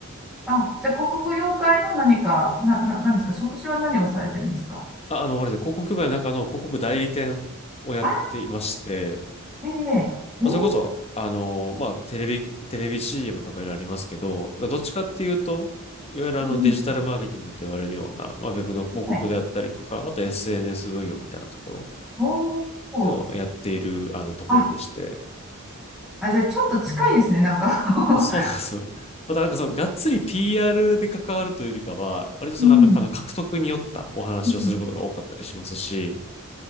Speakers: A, in the centre; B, on the left.
A: あ、じゃあ、国語妖怪の何か、な、な、何んですか、職種は何をされてるんですか
B: あ、あの、あれで、広告業界の中の広告代理店をやっていまして、
A: あ、ええええ
B: まあそれこそ、あの、まあ、テレビ、テレビ CM とかいろいろありますけど、どっちかっていうと、いわゆるあのデジタルマーケティングって言われるような、
A: うん
B: まあ、ウェブの広告であったりとか、
A: はい。
B: あと SNS 運用みたいなところっ
A: おお、
B: ていうのをやっているあのところでして、
A: あ、あ、じゃあ、ちょっと近いですね、なんか
B: そうなんですよ。またなんかその、がっつり PR で関わるというよりかは、割とその、
A: <laughs> うん。
B: なんかあの獲得によったお話をすることが多かったりしますし、
A: うん